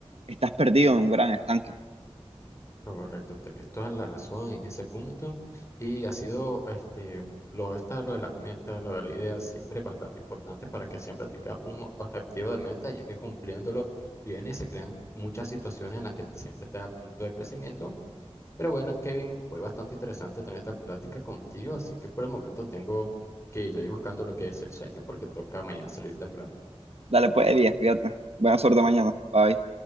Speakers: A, on the right; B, on the left.
A: estás perdido en un gran estanque.
B: Correcto, tenés toda la razón en ese punto y ha sido este lo esta lo de las metas, lo de la idea siempre es bastante importante para que siempre tenga un objetivo de meta, ya que cumpliéndolo bien y se crean muchas situaciones en las que siempre está a punto de crecimiento. Pero bueno, Kevin, fue bastante interesante tener esta plática contigo, así que por el momento tengo que ya ir buscando lo que es el sueño porque toca mañana salir temprano.
A: Dale pues, Elías, fíjate. Buena suerte mañana. Bye.